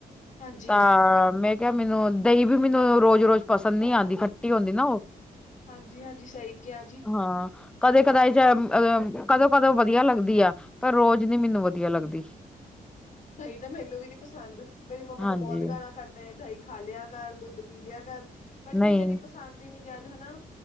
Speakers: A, on the left; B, in the centre.
A: ਹਾਂਜੀ।
B: ਤਾਂ, ਮੈਂ ਕਿਹਾ ਮੈਨੂੰ, ਦਹੀਂ ਵੀ ਮੈਨੂੰ ਰੋਜ਼- ਰੋਜ਼ ਪਸੰਦ ਨਹੀਂ ਆਉਂਦੀ ਖੱਟੀ ਹੁੰਦੀ ਨਾ ਓ
A: ਹਾਂਜੀ-ਹਾਂਜੀ ਸਹੀ ਕਿਹਾ ਜੀ
B: ਹਾਂ, ਕਦੇ- ਕਦੇ ਜ ਅ, ਕਦੋਂ -ਕਦੋਂ ਵਧੀਆ ਲੱਗਦੀ ਆ, ਪਰ ਰੋਜ਼ ਨੀ ਮੈਨੂੰ ਵਧੀਆ ਲੱਗਦੀ।
A: ਦਹੀਂ ਤਾਂ ਮੈਨੂੰ ਵੀ ਨੀ ਪਸੰਦ ਮੇਰੀ ਮੰਮਾ
B: ਹਾਂਜੀ
A: ਤਾਂ ਬਹੁਤ ਗਾਲਾਂ ਕਢਦੇ ਦਹੀਂ ਖਾ ਲਿਆ। ਘਰ ਦੁੱਧ ਪੀ ਲਿਆ ਕਰ ਬਟ
B: ਨਹੀਂ
A: ਕੀ ਕਰੀਏ ਪਸੰਦ ਹੀ ਨੀ ਜਿਆਦਾ ਹਨਾ।